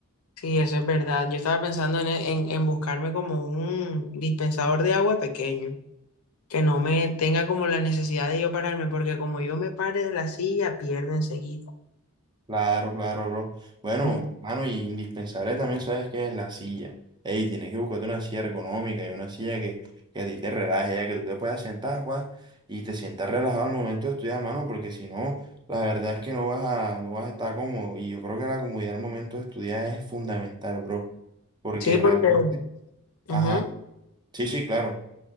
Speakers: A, on the left; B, on the right.
A: Sí, eso es verdad. Yo estaba pensando en, en, en buscarme como un dispensador de agua pequeño que no me tenga como la necesidad de yo pararme, porque como yo me pare de la silla, pierdo enseguida.
B: Claro, claro, bro. Bueno,
A: Mm,
B: mano, y indispensable también, ¿sabes qué es la silla? Ey, tienes que buscarte una silla ergonómica y una silla que, que a ti te relaje, ya que tú te puedas sentar, Juan, y te sientas relajado al momento de estudiar, mano, porque si no, la verdad es que no vas a, no vas a estar cómodo. Y yo creo que la comodidad al momento de estudiar es fundamental, bro. Porque
A: Sí, porque,
B: realmente, ajá,
A: ujú.
B: sí, sí, claro.